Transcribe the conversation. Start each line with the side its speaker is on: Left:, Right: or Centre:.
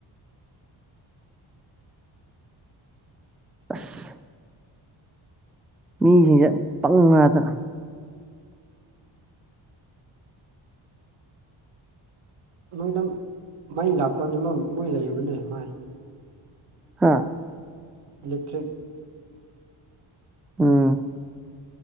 Centre: ꯑꯁ ꯃꯤꯖꯤꯡꯁꯦ ꯄꯪꯉꯥꯗ
Right: ꯅꯣꯏꯗ ꯃꯩ ꯂꯥꯛꯄꯅꯤ ꯃꯣꯏ ꯂꯩꯕꯅꯤ ꯃꯥꯏ
Centre: ꯍꯥ
Right: ꯏꯂꯦꯛꯇ꯭ꯔꯤꯛ
Centre: ꯎꯝ